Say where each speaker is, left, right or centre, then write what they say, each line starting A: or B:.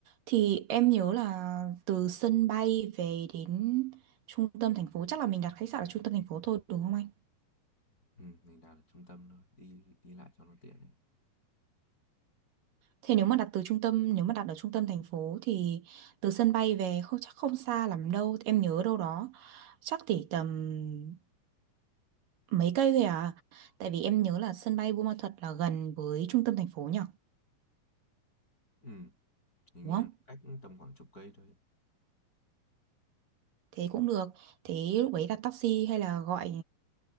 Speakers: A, on the right (about 75°); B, on the left (about 25°).
A: Thì em nhớ là từ sân bay về đến trung tâm thành phố, chắc là mình đặt khách sạn ở trung tâm thành phố thôi đúng không anh?
B: ừ, mình đặt ở trung tâm thôi đi đi lại cho nó tiện ấy.
A: Thế nếu mà đặt từ trung tâm, nếu mà đặt ở trung tâm thành phố thì từ sân bay về không chắc không xa lắm đâu. Em nhớ đâu đó chắc chỉ tầm mấy cây thôi à. Tại vì em nhớ là sân bay Buôn Ma Thuột là gần với trung tâm thành phố nhỉ?
B: ừ, hình
A: Đúng
B: như
A: không?
B: là cách tầm khoảng chục cây thôi
A: thế cũng được thế lúc ấy đặt taxi hay là gọi